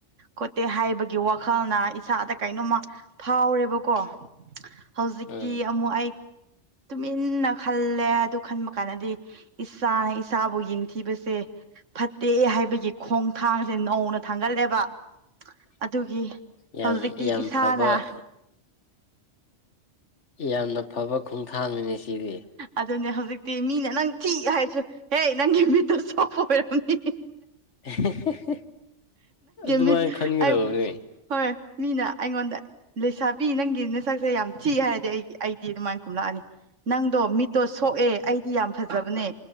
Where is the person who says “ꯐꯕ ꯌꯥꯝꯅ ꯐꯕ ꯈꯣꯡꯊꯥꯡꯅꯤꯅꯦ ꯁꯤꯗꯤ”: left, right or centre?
Left